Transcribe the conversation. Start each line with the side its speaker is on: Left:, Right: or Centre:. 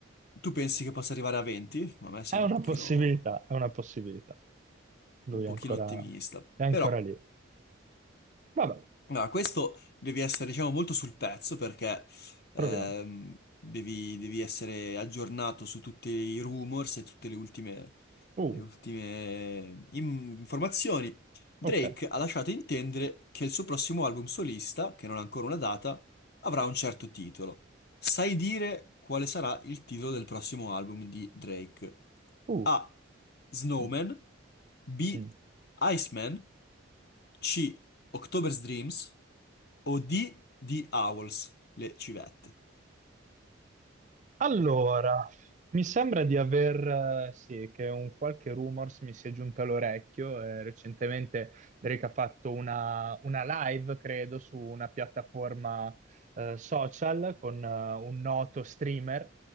Left: Tu pensi che possa arrivare a 20? A me sembra
Right: È una
Left: un pochino
Right: possibilità, è una possibilità. Lui
Left: un pochino
Right: è ancora,
Left: ottimista.
Right: è ancora
Left: Però,
Right: lì. Vabbè,
Left: no, questo devi essere, diciamo, molto sul pezzo perché ehm,
Right: proviamo.
Left: devi, devi essere aggiornato su tutti i rumors e tutte le ultime,
Right: Uh,
Left: le ultime im- informazioni. Drake
Right: ok.
Left: ha lasciato intendere che il suo prossimo album solista, che non ha ancora una data, avrà un certo titolo. Sai dire quale sarà il titolo del prossimo album di Drake?
Right: Uh,
Left: A. Snowman,
Right: mm,
Left: B.
Right: mm.
Left: Iceman, C. October's Dreams o D. The Owls, le civette.
Right: Allora, mi sembra di aver, eh, sì, che un qualche rumors mi sia giunto all'orecchio. eh, recentemente Drake ha fatto una, una live, credo, su una piattaforma, eh, social con, eh, un noto streamer